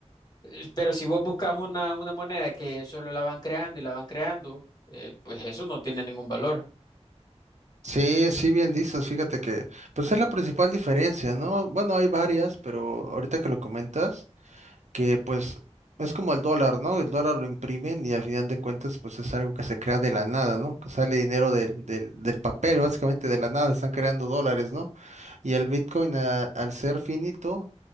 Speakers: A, on the left; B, on the right.
A: Eh, Pero si vos buscas una, una moneda que solo la van creando y la van creando, eh, pues eso no tiene ningún valor.
B: Sí, sí, bien dices, fíjate que, pues es la principal diferencia, ¿no? Bueno, hay varias, pero ahorita que lo comentas, que pues es como el dólar, ¿no? El dólar lo imprimen y a final de cuentas pues es algo que se crea de la nada, ¿no? Que sale dinero del, del, del papel, básicamente de la nada, están creando dólares, ¿no? Y el Bitcoin a- al ser finito